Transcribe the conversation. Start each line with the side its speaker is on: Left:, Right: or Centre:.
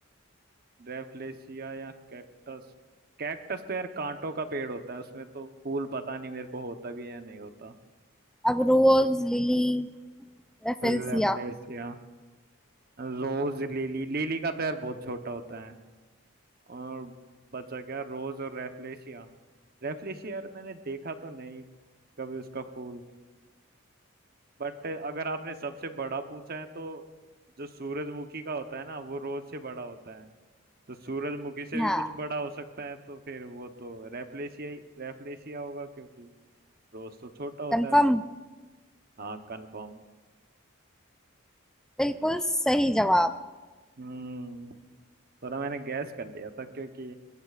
Right: ड्रेफलेसिया या कैक्टस कैक्टस तो यार कांटों का पेड़ होता है उसमें तो फूल पता नहीं मेरे को होता भी है या नहीं होता
Centre: अब रोज लिली रेफेलसिया
Right: ड्रेफलेसिया रोज लिली लिली का तो यार बहुत छोटा होता है और बचा क्या रोज और रेफलेशिया रेफलेशिया यार मैंने देखा तो नहीं कभी उसका फूल बट अगर आपने सबसे बड़ा पूछा है तो जो सूरजमुखी का होता है ना वो रोज से बड़ा होता है तो सूरजमुखी से भी
Centre: हाँ
Right: कुछ बड़ा हो सकता है तो फिर वो तो रैपलेशिया ही रैपलेशिया होगा क्योंकि रोज तो छोटा होता
Centre: कंफर्म
Right: है उससे हाँ कंफर्म
Centre: बिल्कुल सही जवाब
Right: हम्म थोड़ा मैंने गैस कर लिया था क्योंकि